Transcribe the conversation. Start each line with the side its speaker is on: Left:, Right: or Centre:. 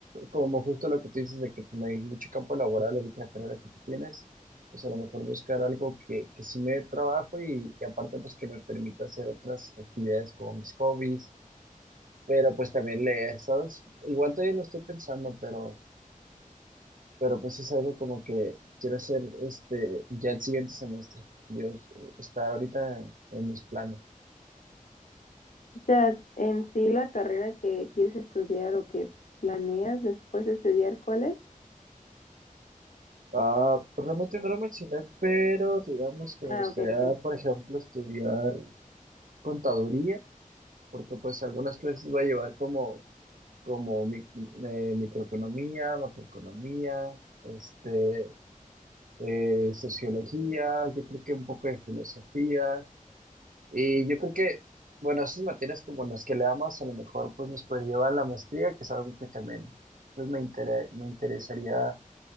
Right: como justo lo que tú dices de que pues, no hay mucho campo laboral ahorita en la carrera que tú tienes, pues a lo mejor buscar algo que, que sí me dé trabajo y, y aparte pues que me permita hacer otras actividades como mis hobbies, pero pues también leer, ¿sabes? Igual todavía lo estoy pensando, pero, pero pues es algo como que quiero hacer este ya el siguiente semestre. Dios, eh, está ahorita en, en mis planes.
Left: O sea, en sí la carrera que quieres estudiar o que planeas después de estudiar, ¿cuál es?
Right: Ah, realmente no lo mencioné, pero digamos que
Left: Ah,
Right: me gustaría,
Left: ok, ok.
Right: por ejemplo, estudiar contaduría porque pues algunas clases va a llevar como, como mi- eh, microeconomía, macroeconomía, este, eh, sociología, yo creo que un poco de filosofía, y yo creo que, bueno, esas materias como las que le amas, a lo mejor pues nos puede llevar a la maestría, que es algo que también pues me intere- me interesaría,